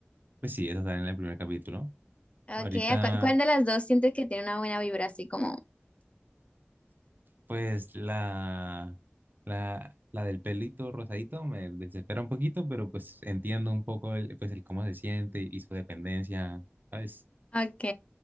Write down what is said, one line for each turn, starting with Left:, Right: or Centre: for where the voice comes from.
Right: Pues sí, eso está en el primer capítulo.
Left: Ok,
Right: Ahorita,
Left: ¿a cu- ¿cuál de las dos sientes que tiene una buena vibra así como?
Right: pues la, la, la del pelito rosadito me desespera un poquito, pero pues entiendo un poco el, pues el cómo se siente y su dependencia, ¿sabes?
Left: Ok,